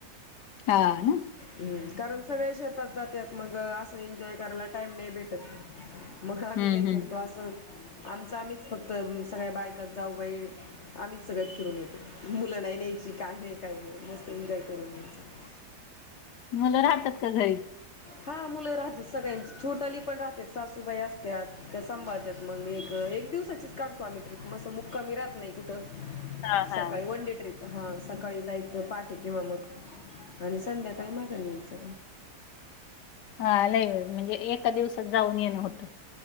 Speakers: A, on the left (about 80°); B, on the left (about 50°).
A: हा.. ना
B: हम्म.. कारण सगळे शेतात जातात मग असं.. एन्जॉय करायला टाइम नाही भेटत. मग आम्ही
A: हम्म
B: काही करतो
A: हम्म
B: असं... आमच आम्हीच फक्त सगळ्या बायकात जाऊ बाई आम्हीच सगळ्यात फिरून येतो, मुलं नाही न्यायची काही नाही काही नाही मस्त एन्जॉय करून यायच
A: मुल राहतात का घरी?
B: हा मुलं राहत्या सगळ्यांची... छोटाली पण राहते सासूबाई असत्यात त्या सांभाळत्यात मग एक.. एक दिवसाचीच काढतो आम्ही ट्रीप मस्त.. असं मुक्कामी राहत नाही कुठं,
A: हा
B: सकाळी
A: हा
B: वन डे ट्रीप हा.. सकाळी जायचं पाठे किंवा मग आणि संध्याकाळी माघार यायचं
A: हा लैव... म्हणजे एका दिवसात जाऊन येणं होतं.